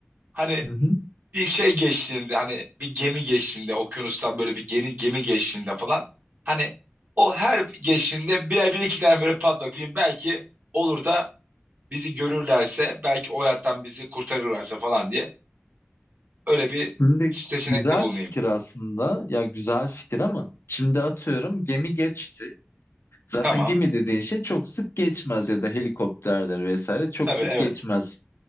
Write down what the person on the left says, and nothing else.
Hı hı.
Şimdi
güzel
fikir aslında. Ya güzel fikir ama şimdi atıyorum gemi geçti. Zaten
gemi dediğin şey çok sık geçmez ya da helikopterdir vesaire çok
sık
geçmez.